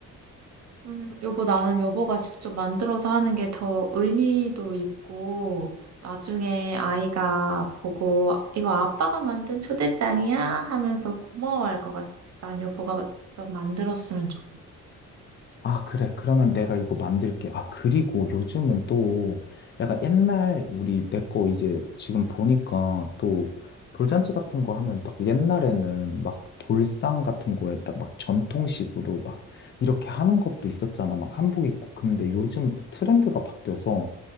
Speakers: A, on the right; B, on the left.
A: 음, 여보, 나는 여보가 직접 만들어서 하는 게 더 의미도 있고, 나중에 아이가 보고, 이거 아빠가 만든 초대장이야? 하면서 고마워할 것 같아. 그래서 난 여보가 직접 만들었으면 좋겠어.
B: 아, 그래. 그러면 내가 이거 만들게. 아, 그리고 요즘은 또 약간 옛날 우리 내 거 이제 지금 보니까 또 돌잔치 같은 거 하면 딱 옛날에는 막 돌상 같은 거에 딱 막 전통식으로 막 이렇게 하는 것도 있었잖아. 막 한복 입고. 근데 요즘은 또 트렌드가 바뀌어서